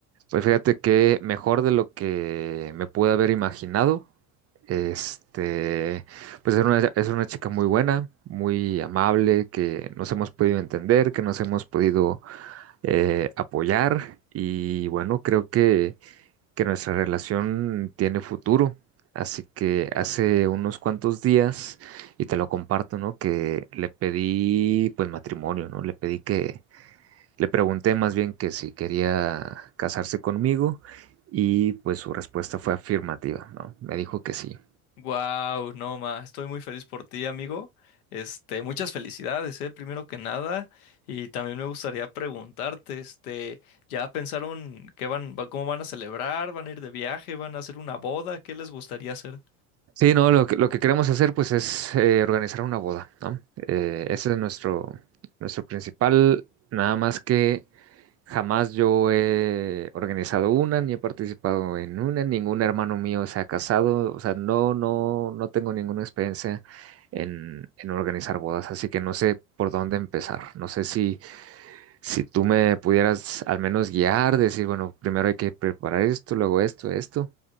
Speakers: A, on the right; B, on the left.
A: Pues fíjate que mejor de lo que me pude haber imaginado, este, pues es una, es una chica muy buena, muy amable, que nos hemos podido entender, que nos hemos podido eh, apoyar y bueno, creo que, que nuestra relación tiene futuro. Así que hace unos cuantos días, y te lo comparto, ¿no? Que le pedí pues matrimonio, ¿no? Le pedí que, le pregunté más bien que si quería casarse conmigo y pues su respuesta fue afirmativa, ¿no? Me dijo que sí.
B: Wow, no, ma, estoy muy feliz por ti, amigo. Este, muchas felicidades, eh, primero que nada. Y también me gustaría preguntarte, este, ¿ya pensaron qué van, va- cómo van a celebrar? ¿Van a ir de viaje? ¿Van a hacer una boda? ¿Qué les gustaría hacer?
A: Sí, no, lo que, lo que queremos hacer pues es eh, organizar una boda, ¿no? Eh, ese es nuestro, nuestro principal, nada más que jamás yo he organizado una, ni he participado en una, ningún hermano mío se ha casado, o sea, no, no, no tengo ninguna experiencia en, en organizar bodas, así que no sé por dónde empezar, no sé si, si tú me pudieras al menos guiar, decir, bueno, primero hay que preparar esto, luego esto, esto.